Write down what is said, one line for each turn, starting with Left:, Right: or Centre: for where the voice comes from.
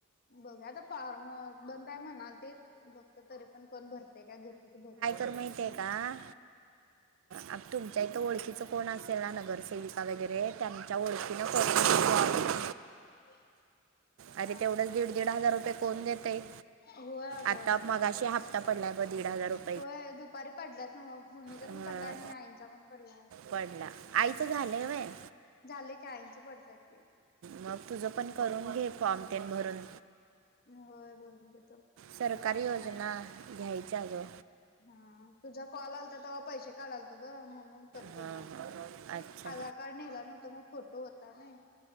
Left: बघुया आता फॉर्म बंदय म्हणालतीत बघतो तरी पण कोण भर ते काय घेतते ते भरून.
Right: तर माहितेय आता, अ तुमच्या इथं ओळखीच कोण असेल ना नगरसे सेविका वगैरे त्यांच्या ओळखीनं करुन <unintelligible>
Left: <unintelligible>
Right: अरे
Left: हा
Right: तेवढंच दीड दीड हजार रुपये कोण देते,
Left: होय अगं
Right: आता मगा शी हप्ता पडला दिड हजार रुपय
Left: होय दुपारी पडल्यात नव मम्मीचा
Right: अं,
Left: पण पडलाय आणि आईंचा पण पडलाय.
Right: पडला, आईच झालय व्हय.
Left: झाल की आईंचं पडतात की.
Right: मग तुझं पण करून घे फॉर्म तेन भरून.
Left: होय भरून घे
Right: सरकारी योजना घ्यायच्या ग.
Left: हा तुझा कॉल आलता तव्हा पैसे काढालतो ग म्हणून. कट
Right: हां
Left: केला,
Right: हां अच्छा
Left: आधार कार्ड नेला नव्हता मग फोटो होता नाही.